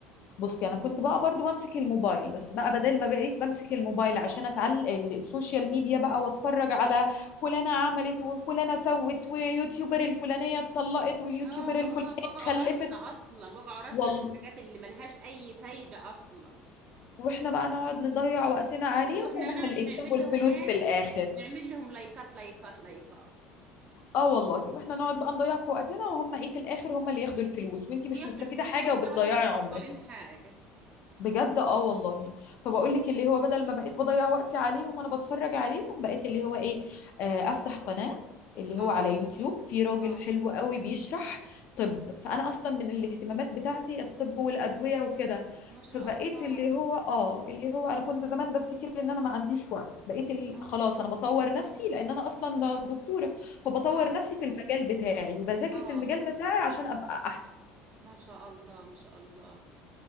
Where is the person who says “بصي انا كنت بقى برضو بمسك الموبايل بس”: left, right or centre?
Left